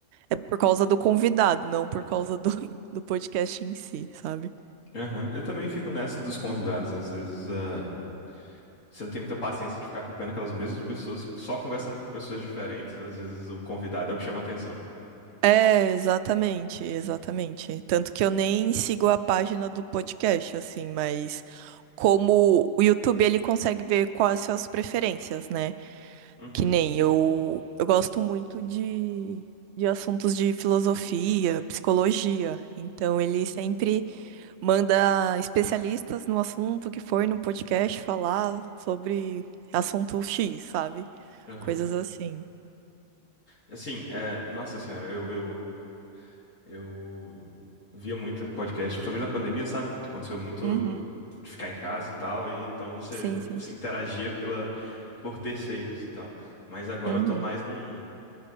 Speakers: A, on the right (about 65°); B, on the left (about 60°).
A: É por causa do convidado, não por causa do, <laughs> do podcast em si, sabe?
B: aham. Eu também fico nessa dos convidados, às vezes. eh, Você não tem muita paciência de ficar acompanhando aquelas mesmas pessoas, só conversando com pessoas diferentes. Às vezes o convidado é o que chama atenção.
A: É, exatamente, exatamente. Tanto que eu nem sigo a página do podcast, assim, mas como o YouTube ele consegue ver quais são as preferências, né?
B: Uhum,
A: Que nem eu, eu gosto muito de, de assuntos de filosofia, psicologia, então ele sempre Manda especialistas no assunto que for no podcast falar sobre assunto X, sabe?
B: uhum.
A: Coisas assim.
B: Assim, é, nossa senhora, eu, eu, eu via muito podcast, principalmente na pandemia, sabe? Que Aconteceu muito
A: Uhum.
B: de ficar em casa e tal, e então você
A: Sim, sim.
B: se interagia pela, por terceiros e tal. Mas agora
A: Uhum.
B: eu tô mais num,